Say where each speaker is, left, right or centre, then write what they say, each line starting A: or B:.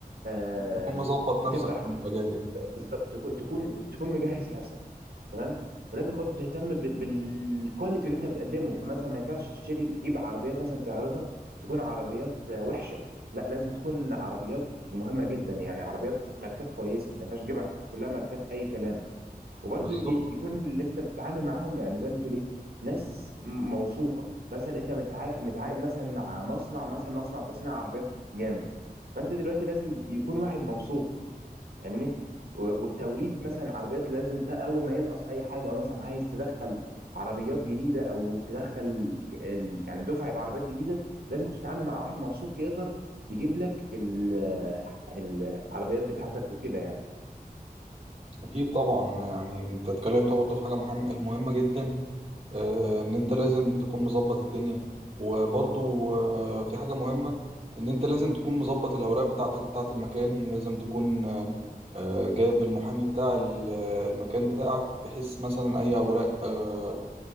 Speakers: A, on the right; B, on the right.
A: آم،
B: تكون مظبط نفسك
A: تفتح
B: في المجال يعني
A: بالظبط تكون تكون تكون مجهز نفسك تمام ولازم برضو تهتم ب- بالكواليتي اللي انت بتقدمه فمثلا ما ينفعش تشتري تجيب عربيات مثلا تعرضها تكون عربيات آه، وحشه لا لازم تكون عربيات مهمه جدا يعني عربيات ماركات كويسه ما ينفعش تجيب كلها ماركات اي كلام وبرضه
B: بالظبط
A: ي- يكون اللي انت بتتعامل معاهم يعني زي ما تقول ايه ناس م- موثوقه مثلا انت متع- متعاقد مثلا مع مصنع مثلا مصنع تصنيع عربيات جامد فانت دلوقتي لازم يكون واحد موثوق فاهمني و- والتوريد مثلا عربيات لازم ت- اول ما ينقص اي حاجه او مثلا عايز تدخل عربيات جديده او تدخل ال- يعني دفعه عربيات جديده لازم تتعامل مع واحد موثوق يقدر يجيب لك ال- العربيات بتاعتك وكده
B: اكيد طبعا يعني انت اتكلمت برضه في حاجه مهمه المهمه جدا آه، ان انت لازم تكون مظبط الدنيا وبرضه آه، في حاجه مهمه ان انت لازم تكون مظبط الاوراق بتاعتك بتاعه المكان لازم تكون آه، آه، جايب المحامي بتاع ال- المكان بتاعك بحيث مثلا اي اوراق آه،